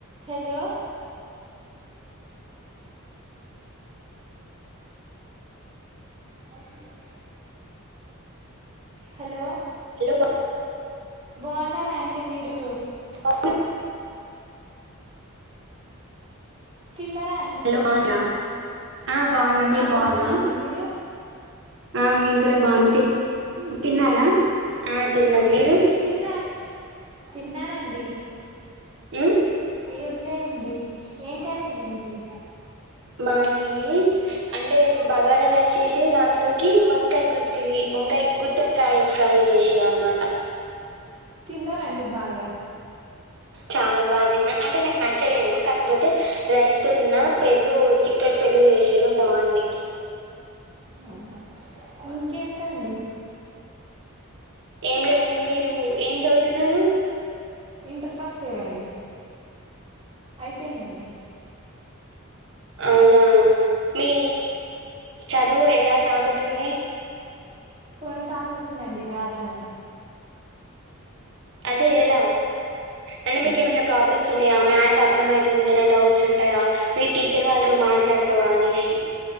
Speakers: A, on the right; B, on the right.
A: Hello మౌరి ఉండ hello
B: hello బా
A: బాగున్నారా అండి మీరు
B: అ
A: తిన్నరా అండి
B: హలో బాగున్నారా ఆ బాగున్నా మీరు
A: ఆ
B: బాగున్నారా
A: బాగుండండి మీరు అ
B: ఆ మేము కూడా బాగుంది తిన్నారా ఆ తిన్నాం మీరు
A: తిన్నా తిన్నానండి
B: ఈ
A: ఏంలే అండి ఏం కరండి మీది
B: మది అంటే బగారా రైస్ చేసి దాంట్లోకి వంకాయ గుత్తి వంకాయ గుత్తి వంకాయ ఫ్రై చేసి అనమాట
A: తిన్నారండి బాగా
B: చాలా బాగా తిన్నా అంటే నాకు నచ్చలేదు కాకపోతే రైస్ తో తిన్నా పెరుగు చిక్కటి పెరుగు చెసిరు బాగుంది
A: అవునా ఇంకేంటండి
B: ఏం లేదండి మీరు ఏం చదువుతున్నారు
A: ఇంటర్ ఫస్ట్ ఇయర్ అండి అయిపోయిందండి
B: అవునా మీ చదువు ఎలా సాగుతుంది
A: కొనసాగుతుందండి దారి తన్నాై
B: అదేలా అ మీ
A: దూసుకెళ్
B: ఏమన్న ప్రాబ్లమ్స్ని మ అర్థ అవుతుందిదనే డౌట్స్ ఉంటాయా మీ టీచర్ వాళ్ళతో మాట్లాడతావా అనేసి